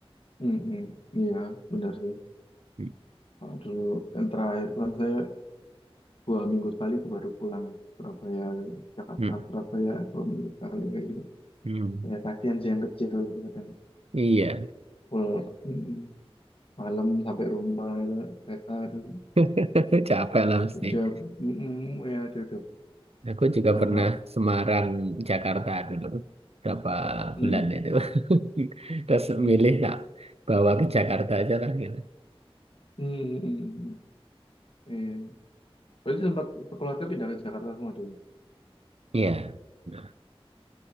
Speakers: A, on the left; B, on the right.
A: Mm-mm. Iya, benar sih.
B: Hmm,
A: Kalau dulu yang terakhir kan saya dua minggu sekali itu baru pulang Surabaya Jakarta
B: hmm,
A: Surabaya dua minggu sekali kayak gitu
B: hmm.
A: ya kasihan sih yang kecil gitu kadang
B: Iya,
A: full mm-mm. malam sampai rumah itu kereta dan
B: <laughs> capek lah mesti.
A: dia mm-mm, ya dia udah
B: Aku juga
A: kalau
B: pernah
A: nggak
B: Semarang, Jakarta dulu berapa
A: mm-mm,
B: bulan itu. <laughs> Terus
A: mm-mm,
B: milih nak bawa ke Jakarta aja lah gitu.
A: mm-mm, mm-mm. Iya. Berarti sempat sekeluarga pindah ke Jakarta semua tuh
B: Iya, nah,